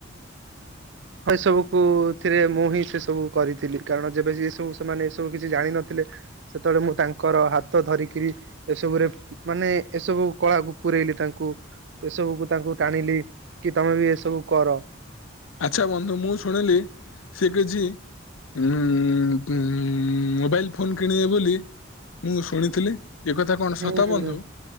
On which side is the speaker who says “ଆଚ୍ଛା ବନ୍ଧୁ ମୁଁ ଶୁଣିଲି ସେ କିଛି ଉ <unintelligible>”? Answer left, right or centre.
Left